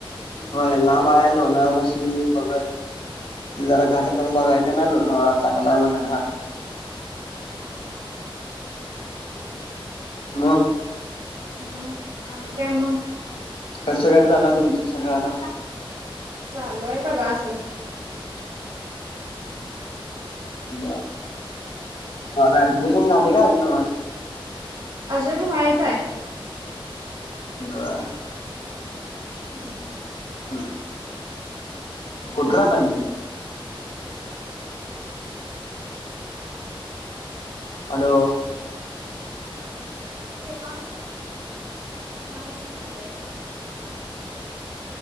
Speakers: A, on the left; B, on the right.
A: होय लांब
B: जायाला
A: आहे लोळयाना पशी बगत ते जरा घाट पण बघायचं ना लोळावना चांगला आहे म्हण घाट
B: हा
A: म <inaudible>
B: मग आणि काय मग
A: कसं काय चालं तुमच सगळं आता
B: चालू आहे बघा आसं.
A: ब मला ऍडमिशन झाले का अजून
B: अजून व्हायचं आहे.
A: बर.
B: ह.
A: हम. कुदरात आण. अलो.
B: तेवता. दहा मिनटं झालेत.